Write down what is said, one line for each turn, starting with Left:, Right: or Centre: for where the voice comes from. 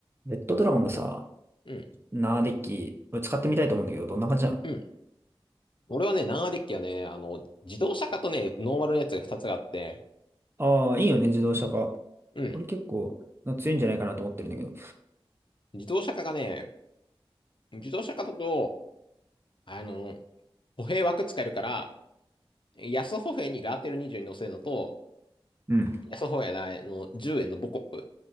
Right: レッドドラゴンのさ、
Left: うん。
Right: ナーデッキ、これ使ってみたいと思うんだけど、どんな感じなの
Left: うん。俺はね、ナンアデッキはね、あの、自動車化とね、ノーマルのやつが2つがあって、
Right: ああー、いいよね、自動車化。
Left: うん。
Right: 俺結構、強いんじゃないかなと思ってるんだけど。
Left: 自動車化がね、自動車化だと、あの、歩兵枠使えるから、安歩兵にラーテル20に乗せるのと、
Right: うん。
Left: 安歩兵のあの10円のボコップ